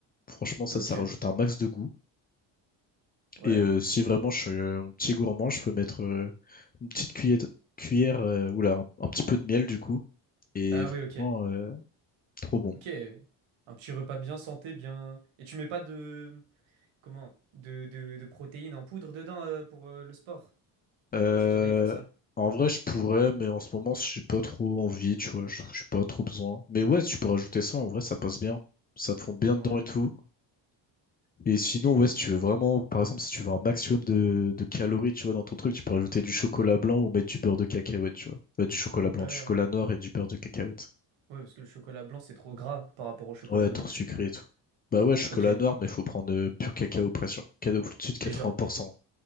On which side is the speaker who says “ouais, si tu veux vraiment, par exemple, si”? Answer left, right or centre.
Left